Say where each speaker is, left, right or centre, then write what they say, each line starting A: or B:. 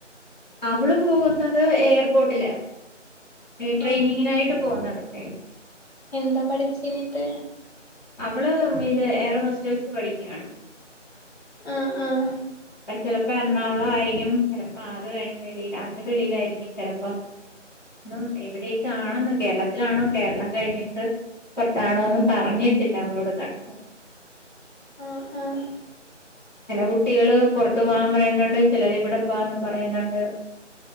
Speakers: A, on the left; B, on the left.
A: നമ്മള് പോകുന്നത് എയർപോർട്ടില് ട്രെയിനിങ്ങിനായിട്ട്
B: ആഹ്
A: പോന്നതല്ലേ
B: എന്താ പഠിച്ച ഇനത്
A: അവള് ഇത് എയർ ഹോസ്റ്റൽസ് പഠിക്കയാണ്
B: ആഹ് ആഹ്
A: പ്പ ചിലപ്പോ എറണാകുളം ആയിരിക്കും ചിലപ്പോ അത് കഴിഞ്ഞ വെളി അതിന്റെ വെളിയിലായിരിക്കും ചെലപ്പം ഉം എവിടേക്കാണെന്ന് കേരളത്തിലാണോ കേരളം കഴിഞ്ഞിട്ട് പുറത്താണോ ഒന്നും പറഞ്ഞിട്ടില്ല അവളോട് കണ്ട്
B: ആഹ് ആഹ്
A: ചില കുട്ടികള് പുറത്തു പോവാൻ പറയുന്നുണ്ട് ചിലര് ഇവിടെ പോവാന്ന് പറയുന്നുണ്ട്